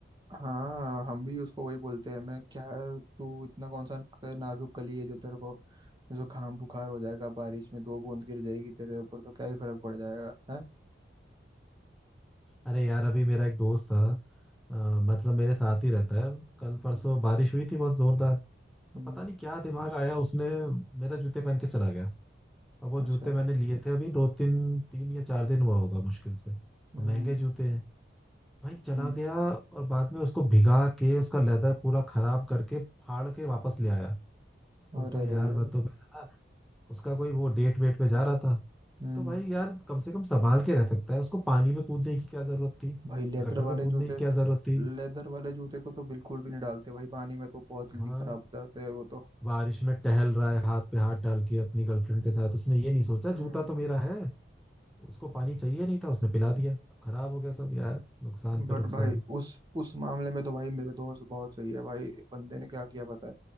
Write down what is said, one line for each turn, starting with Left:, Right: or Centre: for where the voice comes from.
Right: हाँ हम भी उसको वही बोलते हैं मैं क्या है तू इतना कौन सा नाजुक कली है जो तेरे को जुकाम बुखार हो जाएगा बारिश में दो बूंद गिर जाएगी तेरे ऊपर तो क्या ही फर्क पड़ जाएगा है
Centre: अरे यार
Right: तो
Centre: अभी मेरा एक दोस्त था अ, मतलब मेरे साथ ही रहता है कल परसों बारिश हुई थी बहुत जोरदार तो
Right: हम्म
Centre: पता नहीं क्या दिमाग आया उसने मेरा जूते पहन के चला गया अब वो
Right: अच्छा
Centre: जूते मैंने लिए थे अभी दो तीन तीन या चार दिन हुआ होगा मुश्किल से और
Right: हम्म
Centre: महंगे जूते हैं भाई चला
Right: हम्म
Centre: गया और बाद में उसको भिगा के उसका लेदर पूरा खराब करके फाड़ के वापस ले आया बोलता
Right: अरे
Centre: है
Right: रे
Centre: यार
Right: रे
Centre: मैं तो मेरा ना उसका कोई वो डेट वेट पे जा रहा था
Right: हम्म
Centre: तो भाई यार कम से कम संभाल के रह सकता है उसको पानी में कूदने की क्या जरूरत थी
Right: भाई लेदर
Centre: गटर में
Right: वाले
Centre: कूदने
Right: जूते
Centre: की क्या जरूरत थी
Right: लेदर वाले जूते को तो बिल्कुल भी नहीं डालते भाई पानी में तो बहुत जल्दी
Centre: हाँ
Right: खराब हो जाते हैं वो तो
Centre: बारिश में टहल रहा है हाथ पे हाथ डाल के अपनी गर्लफ्रेंड के साथ उसने ये नहीं सोचा
Right: हम्म
Centre: जूता तो मेरा है उसको पानी चाहिए नहीं था उसने पिला दिया खराब हो गया सब यार नुकसान पे
Right: बट
Centre: नुकसान
Right: भाई उस उस मामले में तो भाई मेरे दोस्त बहुत सही है भाई बंदे ने क्या किया पता है